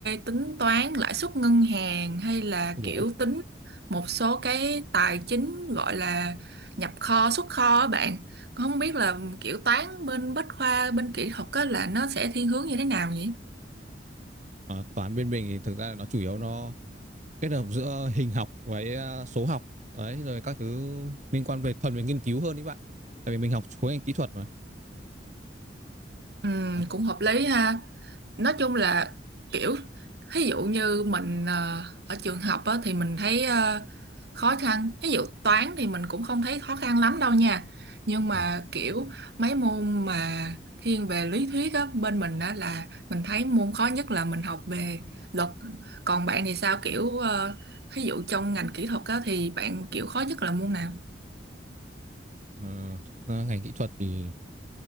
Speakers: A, on the right; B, on the right.
A: tính toán lãi suất ngân hàng hay là
B: Ôi dồi
A: kiểu
B: ôi.
A: tính một số cái tài chính gọi là nhập kho, xuất kho á bạn. Con Không biết là kiểu toán bên Bách khoa, bên kỹ thuật á là nó sẽ thiên hướng như thế nào nhỉ?
B: Ờ, toán bên mình thì thực ra là nó chủ yếu nó kết hợp giữa hình học với ờ, số học đấy rồi các thứ liên quan về thuần về nghiên cứu hơn đấy bạn. Tại vì mình học khối ngành kỹ thuật mà.
A: Ừ,
B: Đấy.
A: cũng hợp lý ha. nói chung là kiểu ví dụ như mình ờ, ở trường học á, thì mình thấy ờ, khó khăn ví dụ toán thì mình cũng không thấy khó khăn lắm đâu nha nhưng
B: Ờ,
A: mà kiểu mấy môn mà thiên về lý thuyết á, bên mình á là mình thấy môn khó nhất là mình học về luật còn bạn thì sao kiểu ờ, ví dụ trong ngành kỹ thuật á, thì bạn kiểu khó nhất là môn nào
B: ờ, thực ra ngành kỹ thuật thì